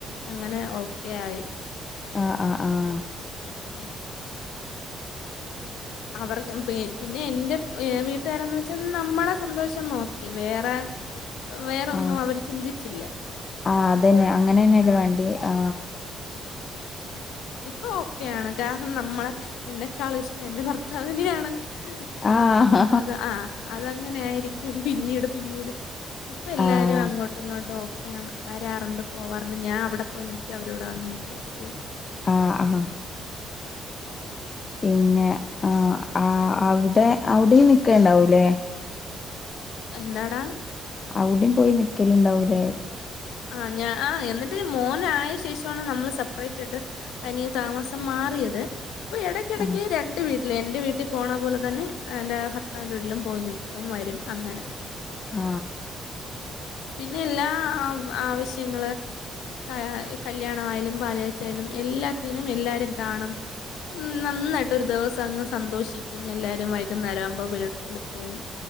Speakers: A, on the left (about 90°); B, on the left (about 40°).
A: അങ്ങനെ ഓക്കെയായി.
B: ആഹ ആഹ് ആഹ
A: <unintelligible> അവർക്ക് പി പിന്നെ എന്റെ മ്ഇ വീട്ടുകാരന്ന് വെച്ചാ നമ്മട സന്തോഷം നോക്കി വേറെ
B: <inaudible>
A: വേറൊന്നും
B: ആ
A: അവര് ചിന്തിച്ചില്ല
B: ആ അതന്നെ അങ്ങനെന്നെല്ലേ
A: ആ
B: വേണ്ട്യേ ആ
A: ഇപ്പൊ ഓക്കെയാണ് കാരണം നമ്മളെ എന്നെക്കാളും ഇഷ്ടം എന്റെ ഭർത്താവിനെയാണ്. ആ
B: ആഹ്
A: അത് ആ അതങ്ങനേയിരിക്കും പിന്നീട് പിന്നീട് ഇപ്പൊ
B: ആഹ്
A: എല്ലാരും അങ്ങോട്ടും ഇങ്ങോട്ടും ഓ ക്കെയാണ് വരാറുണ്ട് പോവാറുണ്ട് ഞാ അവിടെ പോയി നിക്ക് അവരവിടെ വന്ന് നിക്ക്യക്കെ ചെയ്യും.
B: ആ ആ പിന്നെ ആ ആ അവിടെ അവിടെയും നിക്കേണ്ടാവൂലേ
A: എന്താടാ
B: അവ്ടെയും പോയി നിക്ക്യലുണ്ടാവൂലേ
A: ആ ഞാ ആ എന്നിട്ട് മോനായ ശേഷോണ് നമ്മള് സപ്പ്റേറ്റ് ആയിട്ട് തനിയെ താമസം മാ മാറിയത് പ്പൊ എടയ്ക്കിടയ്ക്ക്
B: ആഹ്
A: രണ്ട് വീട്ടില് എന്റെ വീട്ടിൽ പോണ പോലെ തന്നെ എന്റെ ഭർത്താവിന്റെ വീട്ടിലും പോയി നിക്കും വരും അങ്ങനെ
B: ആ
A: പിന്നെ എല്ലാ ആവ് ആവശ്യങ്ങള് ക <unintelligible> കല്യാണായാലും പാല് കാച്ചായാലും എല്ലാത്തിനും എല്ലാരും കാണും. ഉം നന്നായിട്ട് ഒരു ദിവസങ്ങ് സന്തോഷിക്കും എല്ലാരും വൈകുന്നേരാവുമ്പോ വീ ട്ടില് പോവും